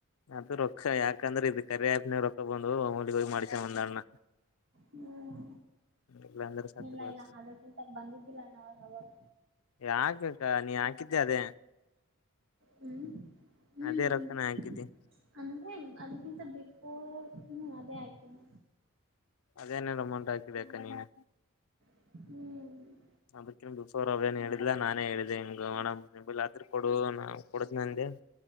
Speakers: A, on the left; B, on the right.
A: ಅದ ರೊಕ್ಕ ಯಾಕಂದ್ರೆ ಇದ್ ಕರೆ ಹಪ್ನ ರೊಕ್ಕ ಬಂದು ಹೋಗಿ ಮಾಡ್ಸ ಬಂದನಾ
B: ಹ್ಮ್
A: ಇಲ್ಲಾಂದ್ರೆ ಸತ್ತಿರ
B: ಇಲ್ಲ ಇಲ್ಲ ಅದಕ್ಕಿಂತ ಬಂದಿದ್ದಿಲ್ಲ ಅಣ್ಣಾವ್ರು ಅವಾಗ
A: ಯಾಕ್ ಅಕ್ಕ ನೀ ಹಾಕಿದ್ದೆ ಅದೇ
B: ಹ್ಮ್ ಹ್ಮ್
A: ಅದೇ
B: ಹ್ಮ್
A: ರೊಕ್ಕನ ಹಾಕಿದ್ದಿ
B: ಅಂದ್ರೆ ಅದಕ್ಕಿಂತ <unintelligible> ಓ ಹ್ಮ್ ಅದೇ ಆಕ್ಕಿನ್
A: ಅದೇನುನು ಅಮೌಂಟ್ ಹಾಕಿದೆ ಅಕ್ಕ ನೀನೆ
B: ಹ್ಮ್
A: ಅದಕ ಬಫೋರ್ ಅವೇನ್ ಹೇಳಿದ್ದಿಲ್ಲಾ ನಾನೇ ಹೇಳಿದ್ದ ಹಿಂಗ <unintelligible> ಕೊಡು ಕೊಡ್ತೀನಿ ಅಂದೆ ಎಮ್